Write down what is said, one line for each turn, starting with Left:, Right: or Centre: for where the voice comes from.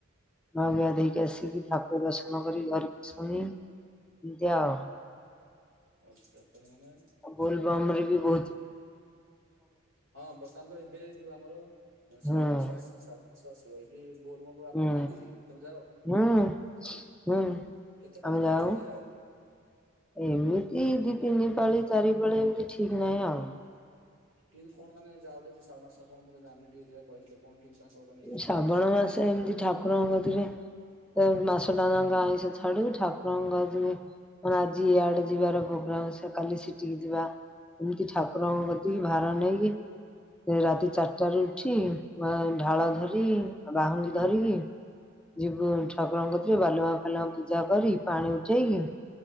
Centre: ନ ଗାଧେଇକି ଆସିକି ଠାକୁର ଦର୍ଶନ କରି ଘରକୁ ଆସନି ଏମିତି ଆଉ।
Right: ଆଛା ତମେମାନେ?
Centre: ଅ ବୋଲବମରେ ବି ବହୁତ୍
Right: ହଁ ବର୍ତ୍ତମାନ ତ ଏବେ ଯୋଉ ଆମର
Centre: ହୁଁ
Right: ଶ୍ରାବଣ ମାସ ଆସିଚି ଶ୍ରାବଣ ମା ସ ଆସିବ ଏଠି ବୋଲବମ ଆପଣ
Centre: ହୁଁ
Right: ଯାଆନ୍ତି କି? ତମେ ଯାଅ।
Centre: ହୁଁ ହୁଁ
Right: କେତେ ପାଳି
Centre: ଆମେ
Right: କେତେ
Centre: ଯାଉଁ।
Right: ପାଳି ଯାଅ?
Centre: ଏମିତି ଦି ତିନି ଦିନି ପାଳି ଚାରି ପାଳି ଏମ୍ତି ଠିକ୍ ନାଇଁ ଆଉ।
Right: <unintelligible> କଣ ମାନେ ଯାହା ଟିକେ ମୁଁ ଶ୍ରାବଣ ମାସ କଣ ମୁଁ ତ ଜାଣିନି ଟିକେ <unintelligible> କହିଲୁ ଟିକେ କଣ କେମିତି ତାଙ୍କର ମାନେ ଇଏଟା?
Centre: ଉ ଶ୍ରାବଣ ମାସ ଏମିତି
Right: ବ୍ରତଟା
Centre: ଠାକୁରଙ୍କ କତିରେ କୋଉ ମାସଟା ଯାଙ୍କ ଆଇଁଷ ଛାଡିବୁ ଠାକୁରଙ୍କ ଗଦି କଣ ଆଜି ଇଆଡେ ଯିବାର ପୋଗ୍ରାମସ କାଲିି ସିଟିକି ଯିବା। ଏମିତି ଠାକୁରଙ୍କ କତିକି ଭାର ନେଇକି ଏ ରାତି ଚାରଟାରୁ ଉଠି ଆଁ ଢାଳ ଧରି ବାହୁଙ୍ଗୀ ଧରିକି ଯିବୁ ଠାକୁରଙ୍କ କତି ବାଲୁଆଁଫାଲୁଆଁ ପୂଜା କରି ପାଣି ଉଠେଇକି